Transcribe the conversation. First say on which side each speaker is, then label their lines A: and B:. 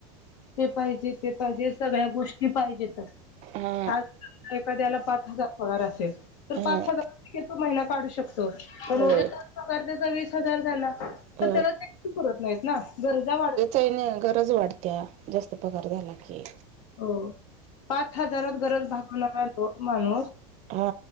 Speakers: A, on the left; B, on the right.
A: ते पाहिजे ते पाहिजे सगळ्या गोष्टी पाहिजेत तर
B: हा
A: आज एखाद्याला पाच हजार होणार असेल तर
B: ह
A: पाच हजारै तो महिना काढू शकतो. पण
B: होय
A: उद्या त्योच पगार त्याचा वीस हजार झाला.
B: ह
A: तर त्याला ते पण पुरत नाहीत ना, गरजा वाढत जात.
B: घर गरज वाढत्या जास्त पगार झाला की
A: हो पाच हजारात गरज भागवणार तो माणूस
B: हा.